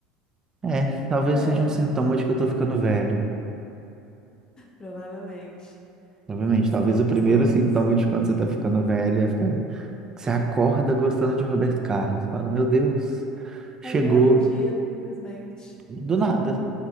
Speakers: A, on the right; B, on the left.
A: É, talvez
B: É,
A: seja um sintoma de que eu tô ficando velho.
B: provavelmente.
A: Obviamente,
B: Estamos
A: talvez o primeiro
B: todos.
A: sintoma de quando você tá ficando velho é ficar. Você acorda gostando de Roberto Carlos. Fala, meu Deus, chegou
B: Um belo dia, simplesmente.
A: do nada.